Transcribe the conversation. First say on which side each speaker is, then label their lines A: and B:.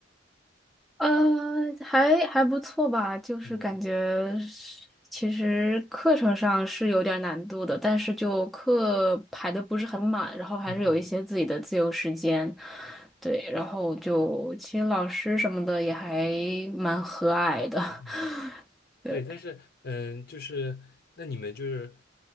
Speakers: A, in the centre; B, on the left.
A: 呃，还还不错吧，就是感觉是其实课程上是有点儿难度的，
B: 嗯
A: 但是就课排的不是很满，然后还是有一些自己的自由时间，
B: 嗯嗯
A: 对，然后就其实老师什么的也还蛮和蔼的，
B: 嗯嗯，
A: <laughs> 对，
B: 对，但是嗯，呃就是那你们就是